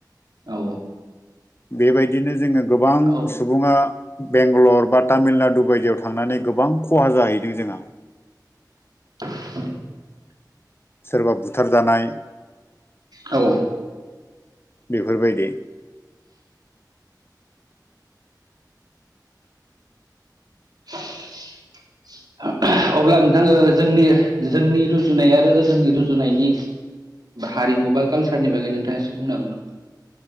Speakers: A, on the right; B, on the left.
A: औ
B: बेबायदिनो जोङो गोबां
A: औ
B: सुबुङा बेंगलर बा तामिलनाडु बायदियाव थांनानै गोबां खहा जाहैदों जोंहा
A: <inaudible>
B: सोरबा बुथारजानाय
A: औ
B: बेफोरबायदि
A: <unintelligible> अब्ला नोंथां जोंनि जोंनि रुजुनाय आरो जोंनि रुजुनायनि हारि मबा कालसारनि बागै नोंथाङा एसे बुंनो हागोन नामा